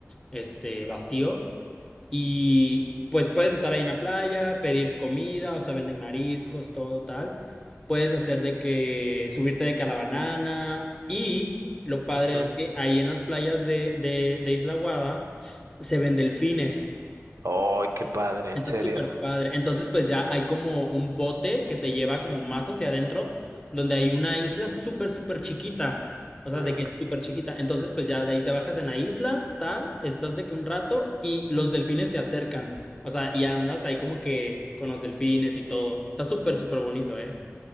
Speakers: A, on the left (about 15°); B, on the right (about 80°).
A: este, vacío. Y pues puedes estar ahí en la playa, pedir comida, o sea, venden mariscos, todo tal. Puedes hacer de que subirte de que a la banana. Y lo padre
B: Ujú.
A: es que ahí en las playas de, de, de Isla Guada se ven delfines.
B: ¡Ay, qué padre!
A: Está
B: ¿En serio?
A: súper padre. Entonces, pues ya hay como un bote que te lleva como más hacia adentro, donde hay una isla súper, súper chiquita. O sea,
B: Mm,
A: de que es súper chiquita. Entonces, pues ya de ahí te bajas en la isla, tal, estás de que un rato y los delfines se acercan. O sea, y andas ahí como que con los delfines y todo. Está súper, súper bonito, ¿eh?